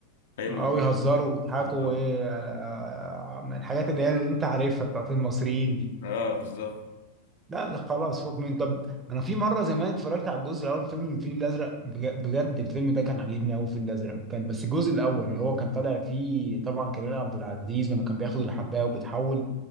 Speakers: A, on the left; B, on the right.
A: حلو
B: أو يهزروا ويضحكوا
A: اه
B: وإيه آه، من الحاجات اللي هي اللي أنت عارفها بتاعت المصريين دي
A: آه، بالظبط
B: لا ده خلاص فوق من طب أنا في مرة زمان اتفرجت على الجزء الأول من فيلم الفيل الأزرق بج- بجد الفيلم ده كان عاجبني أوي الفيل الأزرق كان بس الجزء الأول اللي هو كان طالع فيه طبعا كريم عبد العزيز لما كان بياخد الحباية وبيتحول